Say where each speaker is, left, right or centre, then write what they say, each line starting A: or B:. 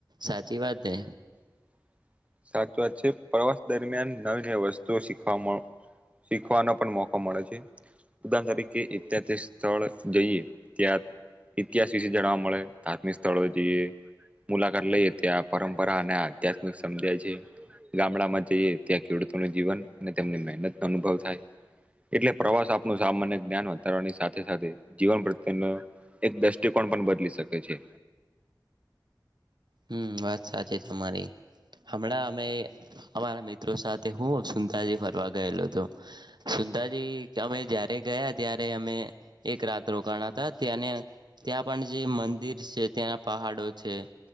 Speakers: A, on the right; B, on the right.
A: સાચી વાત ને
B: <inaudible> સાચ વાત છે પ્રવાસ દરમિયાન નવી નવી વસ્તુઓ શીખવા શીખવાનો પણ મોકો મળે છે ઉદહણ તરીકે સ્થળ જઈએ ત્યાં ઇતિહાસ વિશે જાણવા મળે ધાર્મિક સ્થળો જઈએ મુલાકાત લઈએ ત્યાં પરંપરા અને આધ્યાત્મિક સમજ્યા છે ગામડા માં જઈએ ત્યાં ખેડૂતો ન જીવન અને તેમની મહેનત નો અનુભવ થાય એટલે પ્રવાસ આપનું સામાન્ય જ્ઞાન વધારવાની સાથે સાથે જીવન પ્રત્યે એક દ્રષ્ટિકોણ પણ બદલી શકે છે
A: હમ વાત સાચી તમારી હમણાં અમે અમારા મિત્રો સાથે હું સુુંતાજી ફરવા ગયેલો હતોું અંધાજી અમે જયારે ગયા ત્યારે અમે એક રાત રોકાણ હતા ત્યાંને ત્યાં પણ જે મંદિર છે ત્યાંના પહાડો છે